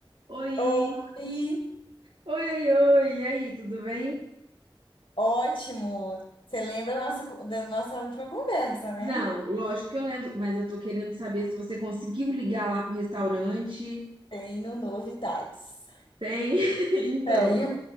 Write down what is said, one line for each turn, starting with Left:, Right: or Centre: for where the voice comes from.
Right: Oi,
Left: Oi,
Right: Oi, oi, oi, e aí, tudo bem?
Left: ótimo. Você lembra da nossa, co- da nossa última conversa, né?
Right: não, lógico que eu lembro, mas eu tô querendo saber se você conseguiu ligar lá pro restaurante.
Left: Tenho novidades.
Right: Tem, <laughs> então,
Left: Tenho.